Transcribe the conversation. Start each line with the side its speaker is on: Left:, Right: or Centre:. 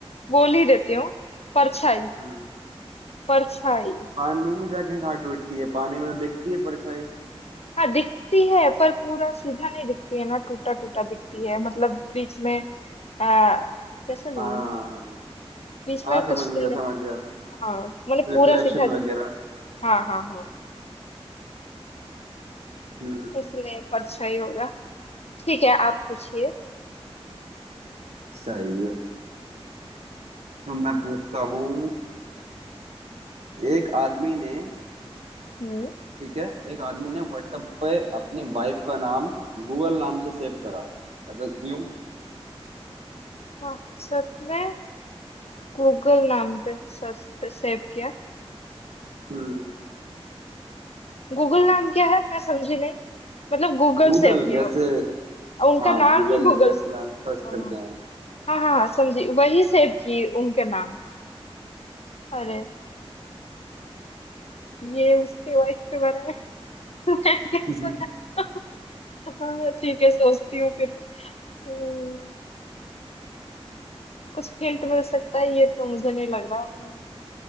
Left: बोल ही देती हूँ परछाई
Right: हम्म
Left: परछाई
Right: पानी में जाके कहाँ टूटती है पानी में तो दिखती है परछाई
Left: हाँ दिखती है पर पूरा सीधा नहीं दिखती है ना टूटा टूटा दिखती है मतलब बीच में आ, कैसे बोलूं
Right: हाँ
Left: बीच
Right: हाँ
Left: में
Right: समझ
Left: कुछ
Right: गया
Left: नहीं दिख-
Right: समझ गया
Left: हाँ मतलब
Right: रिफ्लेक्शन
Left: पूरा सीधा दिख-
Right: वगैरह
Left: हाँ हाँ हाँ
Right: हम्म
Left: इसलिए परछाई होगा ठीक है आप पूछिए
Right: सही है तो मैं पूछता हूँ एक आदमी ने
Left: हम्म
Right: ठीक है एक आदमी ने व्हाट्सएप पे अपनी वाइफ का नाम गूगल नाम से सेव करा ऐसा क्यों
Left: व्हाट्सएप में गूगल नाम पे सेव किया
Right: हम्म
Left: गूगल नाम क्या है मैं समझी नहीं मतलब गूगल
Right: गूगल
Left: सेव किया
Right: जैसे
Left: और उनका
Right: हाँ
Left: नाम
Right: गूगल
Left: ही
Right: जैसे
Left: गूगल
Right: अपना
Left: से
Right: सर्च
Left: हाँ
Right: करते हैं
Left: हाँ हाँ समझी वही सेव की उनके नाम अरे ये उसके वाइफ के बारे में <laughs> मैं कैसे
Right: हम्म
Left: जानता हाँ, ठीक है सोचती हूँ फिर भी हम्म, कुछ हिंट मिल सकता है ये तो मुझे नहीं लग रहा मैं